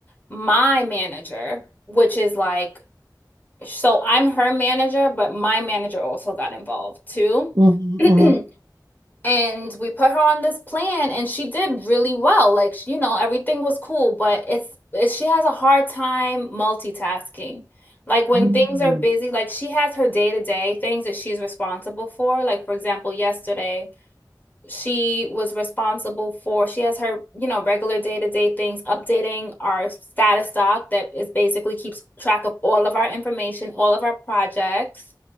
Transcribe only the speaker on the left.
my manager, which is like, so I'm her manager, but my manager also got involved too.
<clears throat>
And we put her on this plan and she did really well. Like, you know, everything was cool, but it's, it's she has a hard time multitasking. Like when
things are busy, like she has her day-to-day things that she's responsible for. Like for example, yesterday she was responsible for she has her you know regular day-to-day things updating our status doc that is basically keeps track of all of our information all of our projects